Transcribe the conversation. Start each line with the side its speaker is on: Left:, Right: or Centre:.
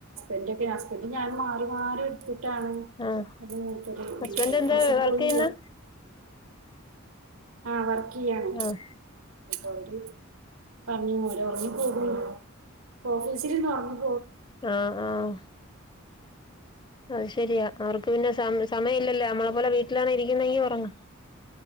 Right: എന്റൊക്കെ ഹസ്ബന്റും ഞാനും മാറി മാറി എടുക്കും
Left: ആഹ്
Right: <inaudible>
Left: ഹസ്ബൻഡ്
Right: ഓഫീസിൽ
Left: എന്താ വർക്ക്
Right: പോയി
Left: ചെയ്യുന്നെ
Right: <inaudible> ആ വർക്ക് ചെയ്യാണ്
Left: ആഹ്
Right: അവര് പറഞ്ഞു പോല ഉറങ്ങിപ്പോയി ഓഫീസിന്നൊറങ്ങി പോയീ
Left: ആഹ ആഹ അത് ശെരിയാ അവർക്ക് പിന്നെ സമയം ഇല്ലല്ലോ നമ്മളെ പോലെ വീട്ടിലാണ് ഇരിക്കുന്നെങ്കി ഉറങ്ങാം